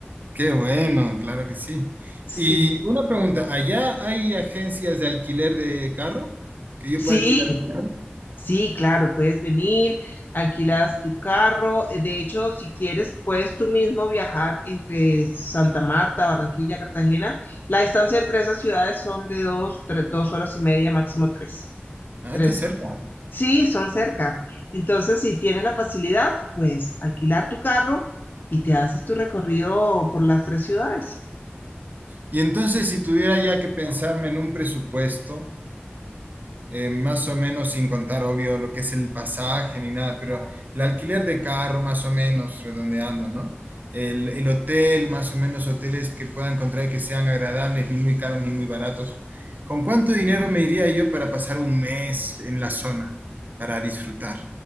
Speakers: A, on the right; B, on the left.
A: Qué bueno, claro que sí.
B: Sí,
A: Y una pregunta, ¿allá hay agencias de alquiler de carro? ¿Que
B: sí,
A: yo pueda alquilar mi carro?
B: Sí, claro, puedes venir, alquilas tu carro. eh, De hecho, si quieres, puedes tú mismo viajar entre Santa Marta, Barranquilla, Cartagena. La distancia entre esas ciudades son de dos, tres, dos horas y media, máximo tres,
A: Ah,
B: tres
A: está cerca.
B: horas. Sí, son cerca. Entonces, si tienes la facilidad, pues alquilar tu carro y te haces tu recorrido por las tres ciudades.
A: Y entonces, si tuviera ya que pensarme en un presupuesto, eh, más o menos sin contar, obvio, lo que es el pasaje ni nada, pero el alquiler de carro, más o menos, redondeando, ¿no? El, el hotel, más o menos, hoteles que pueda encontrar y que sean agradables, ni muy caros ni muy baratos. ¿Con cuánto dinero me iría yo para pasar un mes en la zona para disfrutar?